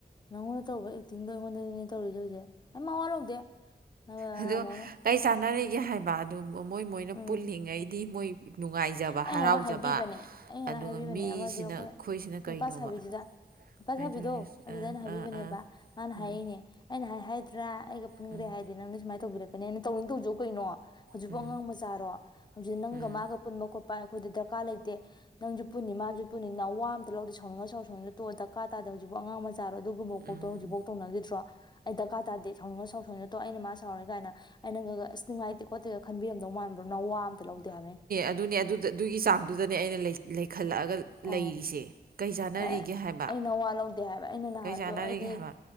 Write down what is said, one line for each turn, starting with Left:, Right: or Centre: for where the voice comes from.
Left: ꯅꯪꯉꯣꯟꯗ ꯇꯧꯕ ꯑꯦ ꯊꯤꯡꯗꯣ ꯑꯩꯉꯣꯟꯗꯅꯦ ꯇꯧꯔꯤꯁꯦ ꯍꯧꯖꯤꯁꯦ ꯑꯩ ꯃ ꯋꯥꯔꯧꯗꯦ ꯑ
Right: ꯑꯗꯣ
Left: ꯑꯅꯣꯅ
Right: ꯀꯩ ꯆꯥꯟꯅꯔꯤꯒꯦ ꯍꯥꯏꯕ ꯑꯗꯨ ꯃꯣꯏ ꯃꯣꯏꯅ
Left: ꯎꯝ
Right: ꯄꯨꯜꯂꯤꯉꯩꯗꯤ ꯃꯣꯏ ꯅꯨꯡꯉꯥꯏꯖꯕ
Left: ꯑꯩ
Right: ꯍꯔꯥꯎꯖꯕ
Left: ꯉꯔꯥꯡ ꯍꯥꯏꯕꯤꯕꯅꯦ ꯑꯩ ꯉꯔꯥꯡ
Right: ꯑꯗꯨꯒ
Left: ꯍꯥꯏꯕꯤꯕꯅꯦ
Right: ꯃꯤꯁꯤꯅ
Left: ꯑꯃꯗꯣ ꯑꯩꯈꯣꯏ
Right: ꯑꯩꯈꯣꯏꯁꯤꯅ
Left: ꯅꯨꯄꯥ
Right: ꯀꯩꯅꯣꯕ
Left: ꯁꯥꯕꯤꯗꯨꯗ ꯅꯨꯄꯥ
Right: ꯍꯥꯏꯗꯣꯔꯦ
Left: ꯁꯥꯕꯤꯗꯣ ꯑꯗꯨꯗ
Right: ꯑꯥ
Left: ꯑꯩꯅ ꯍꯥꯏꯕꯤꯕꯅꯦꯕ
Right: ꯑꯥ ꯑꯥ
Left: ꯃꯥꯅ
Right: ꯎꯝ
Left: ꯍꯥꯏꯔꯛꯅꯦ ꯑꯩꯅ ꯍꯥꯏꯗ꯭ꯔꯥ ꯑꯩꯒ ꯄꯨꯟꯈ꯭ꯔꯦ
Right: ꯎꯝ
Left: ꯍꯥꯏꯗꯦ ꯅꯪꯅ ꯁꯨꯃꯅ ꯇꯧꯕꯤꯔꯛꯀꯅꯤ ꯑꯩꯅ ꯇꯧꯅꯤꯡꯗꯧꯁꯨꯛ ꯀꯩꯅꯣ ꯍꯧꯖꯤꯛꯐ
Right: ꯎꯝ
Left: ꯑꯉꯥꯡ ꯃꯆꯥꯔꯣ ꯍꯧꯖꯤꯛ ꯅꯪꯒ
Right: ꯎꯝ
Left: ꯃꯥꯒ ꯄꯨꯟꯕ ꯈꯣꯠꯄ ꯑꯩꯈꯣꯏꯗ ꯗꯔꯀꯥꯔ ꯂꯩꯇꯦ ꯅꯪꯁꯨ ꯄꯨꯟꯅꯤ ꯃꯥꯁꯨ ꯄꯨꯅꯤ ꯅ ꯋꯥ ꯑꯝꯇ ꯂꯧꯗꯦ ꯁꯧꯅꯤꯡꯉꯒ ꯁꯧ ꯁꯅꯤꯡ ꯇꯣꯛꯑ ꯗꯀꯥ ꯇꯥꯗ ꯍꯧꯖꯤꯐ ꯑꯉꯥꯡ ꯃꯆꯥꯔꯣ ꯑꯗꯨꯒꯨꯝꯕ ꯄꯥꯎꯣ
Right: ꯎꯝ
Left: ꯍꯧꯖꯤꯛꯐꯥꯎ ꯇꯧꯅꯈꯤꯗ꯭ꯔꯣ ꯑꯩ ꯗꯔꯀꯥ ꯇꯥꯗꯦ ꯁꯥꯎꯅꯤꯡꯉ ꯁꯥꯎꯁ ꯑꯩꯅ ꯃꯥ ꯁꯥꯎꯔꯤ ꯀꯥꯏꯅ ꯑꯩꯅꯪꯒ ꯑꯁ ꯅꯨꯡꯉꯥꯏꯇꯦ ꯈꯣꯠꯇꯦꯒ ꯈꯟꯕꯤꯔꯝꯗꯧ ꯃꯥꯟꯕ꯭ꯔꯣ ꯅ ꯋꯥꯋꯥ ꯑꯃꯇ ꯂꯧꯗꯦ ꯍꯥꯏꯕꯅꯤ
Right: ꯑꯗꯨꯅꯤ ꯑꯗꯨꯗ ꯑꯗꯨꯒꯤ ꯆꯥꯡꯗꯨꯗꯅꯦ ꯑꯩꯅ ꯏꯈꯜꯂꯛꯑꯒ
Left: ꯑꯥ
Right: ꯂꯩꯔꯤꯁꯦ ꯀꯩ ꯆꯥꯟꯅꯔꯤꯒꯦ
Left: ꯑ-
Right: ꯍꯥꯏꯕ
Left: ꯑꯩꯅ ꯋꯥ ꯂꯧꯗꯦ ꯍꯥꯏꯕ ꯑꯩꯅ ꯅꯍꯥꯟꯁꯨ
Right: ꯀꯩ ꯆꯥꯟꯅꯔꯤꯒꯦ
Left: ꯑꯩꯗꯤ
Right: ꯍꯥꯏꯕ